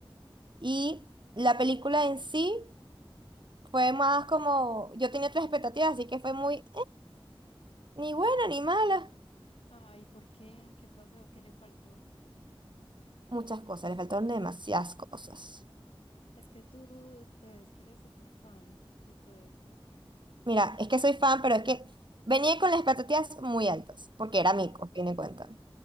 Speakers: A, on the right; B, on the left.
A: Y la película en sí fue más como, yo tenía otras expectativas, así que fue muy, eh, ni buena ni mala.
B: Ay, ¿por qué? ¿Qué pasó? ¿Qué le faltó?
A: Muchas cosas, le faltaron demasiadas cosas.
B: Es que tú te ves que eres súper fan de todo eso.
A: Mira, es que soy fan, pero es que venía con las expectativas muy altas, porque era
B: Ajá.
A: mico, tiene cuenta.